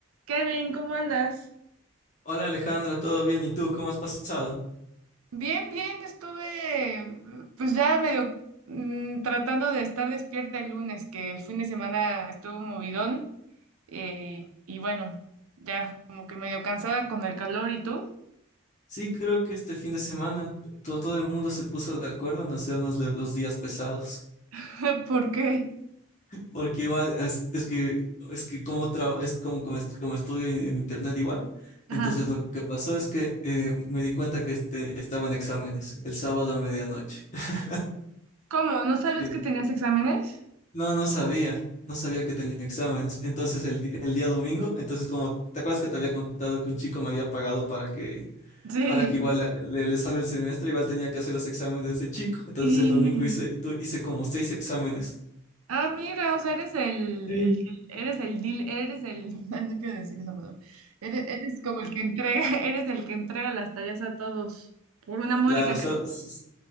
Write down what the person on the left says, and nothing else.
Hola Alejandra, ¿todo bien? ¿Y tú cómo has pasado?
Sí, creo que este fin de semana to- todo, el mundo se puso de acuerdo en hacernos lo- los días pesados,
porque igual es, es que es que como tra- es como como, est- como estudio en, en internet igual. Entonces
lo que pasó es que eh, me di cuenta que este, estaba en exámenes el sábado a medianoche. <laughs>
Sí.
No, no sabía, no sabía que tenía exámenes. Entonces el, di- el día domingo, entonces como, ¿te acuerdas que te había contado que un chico me había pagado para que
para que igual le, le salve el semestre, igual tenía que hacer los exámenes de ese chico. Entonces
el domingo hice, tu- hice como seis exámenes.
Sí.
Claro, solo, s-